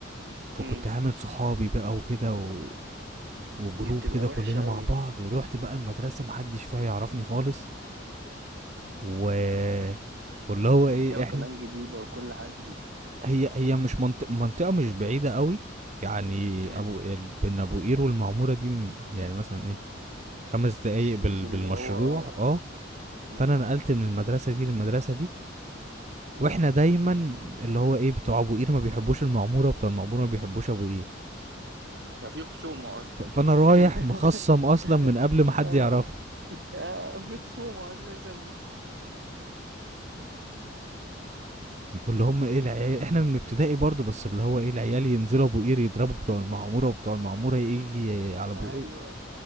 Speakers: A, on the right; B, on the right.
A: فكنت
B: امم
A: عامل صحابي بقى وكده و... وجروب
B: دي بتبقى
A: كده
B: وحشه
A: كلنا مع
B: قوي
A: بعض
B: دي
A: ورحت بقى المدرسة محدش فيها يعرفني خالص و واللي هو
B: ومنطقه
A: ايه احنا
B: كمان جديده وكل حاجه جديده
A: هي هي مش منطقة منطقة مش بعيدة قوي يعني
B: امم
A: ابو بين ابو قير والمعمورة دي م- يعني مثلا ايه خمس
B: مش
A: دقايق بال...
B: مش اللي
A: بالمشروع
B: هو اه
A: اه
B: امم
A: فانا نقلت من المدرسة دي للمدرسة دي
B: امم
A: واحنا دايما اللي هو ايه بتوع ابو قير ما بيحبوش المعمورة وبتوع المعمورة ما بيحبوش ابو قير
B: ففي خصومه اصلا
A: فانا رايح
B: <laughs>
A: مخصم اصلا من قبل ما حد
B: اه
A: يعرفني
B: آه، في خصومه اساسا <laughs>
A: واللي هم ايه العيال احنا من ابتدائي برضو بس اللي هو ايه العيال ينزلوا ابو قير يضربوا بتوع المعموره وبتوع المعموره يجي على ابو
B: ايوه
A: قير